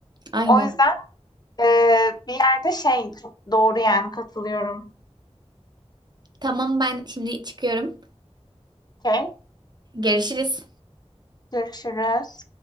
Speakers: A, on the right; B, on the left.
A: Aynen.
B: O yüzden eee, bir yerde şey çok doğru yani katılıyorum.
A: Tamam ben şimdi çıkıyorum.
B: Okey.
A: Görüşürüz.
B: Görüşürüz.